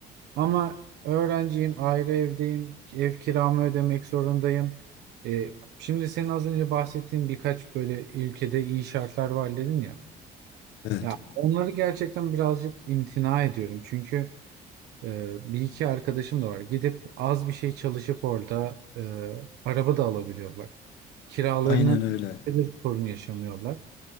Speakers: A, on the right; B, on the left.
A: Ama öğrenciyim, ayrı evdeyim, ev kiramı ödemek zorundayım. E, şimdi senin az önce bahsettiğin birkaç böyle ülkede iyi şartlar var dedin ya.
B: Evet.
A: Ya onları gerçekten birazcık imtina ediyorum. Çünkü Ee, bir iki arkadaşım da var. Gidip az bir şey çalışıp orada e, araba da alabiliyorlar. Kiralarını
B: Aynen öyle.
A: de sorun yaşamıyorlar.